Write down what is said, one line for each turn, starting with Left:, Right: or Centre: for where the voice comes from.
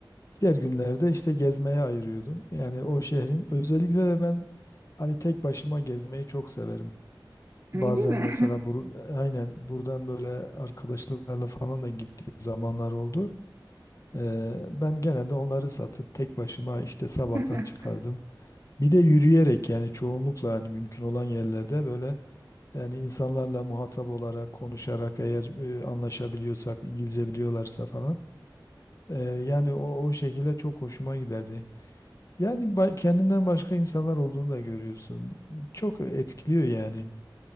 Left: Diğer günlerde işte gezmeye ayırıyordum. Yani o şehrin özellikle de ben hani tek başıma gezmeyi çok severim.
Right: Öyle
Left: Bazen
Right: mi?
Left: mesela bur aynen buradan böyle arkadaşlarla falan da gittiğim zamanlar oldu. Ee, ben gene de onları satıp tek başıma işte sabahtan
Right: <laughs>
Left: çıkardım. Bir de yürüyerek yani çoğunlukla hani mümkün olan yerlerde böyle yani insanlarla muhatap olarak konuşarak eğer e, anlaşabiliyorsak İngilizce biliyorlarsa falan ee, yani o, o şekilde çok hoşuma giderdi. Yani ba- kendinden başka insanlar olduğunu da görüyorsun. Çok etkiliyor yani.